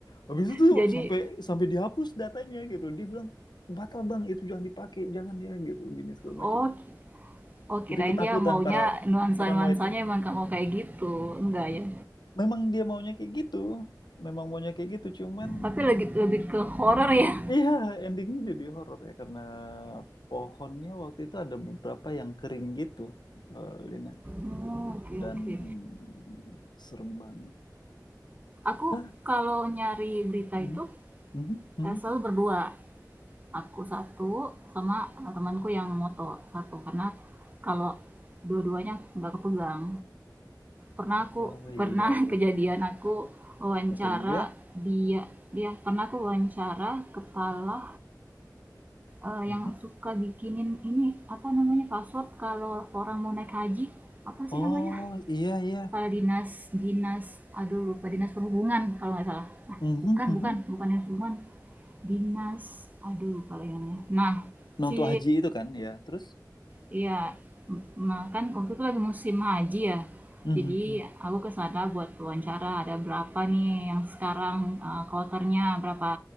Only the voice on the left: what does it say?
Habis itu
tuh sampai sampai dihapus datanya gitu. Dia bilang batal bang itu jangan dipakai jangan ya gitu gini segala
macam.
Jadi
ketakutan
para
paranoidnya.
Memang dia maunya kayak gitu. Memang maunya kayak gitu cuman
iya endingnya jadi horor ya karena pohonnya waktu itu ada beberapa yang kering gitu eh, Lina
dan
mm, serem banget.
Ah,
mhm,
mhm, mhm.
Oh
iya
iya.
Moto juga.
Mhm.
Oh
iya iya.
Mhm,
mhm.
Nonton
haji itu kan ya. Terus?
Mhm,
mhm.